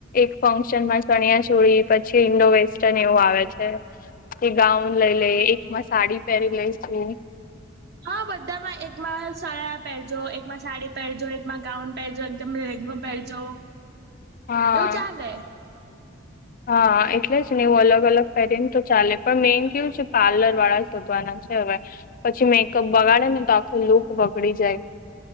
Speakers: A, on the left (about 45°); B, on the right (about 55°).
A: એક ફંક્શન માં ચણિયા ચોળી પછી ઈન્ડો વેસ્ટર્ન એવું આવે છે, કે ગાઉન લઈ લે એક મસ્ત સાડી પહેરી લઈશું.
B: હા, બધામાં એકમાં સરારા પહેરજો, એકમાં સાડી પહેરજો, એકમાં ગાઉન પહેરજો, એકદમ પહેરજો.
A: હા.
B: એવું ચાલે.
A: હા એટલે જ ને એવું અલગ અલગ પેરેન તો ચાલે પણ મેઈન કેવું છે પાર્લર વાળા શોધવાના. હવે પછી મેકઅપ બગાડે ને તો આખો લુક બગડી જાય.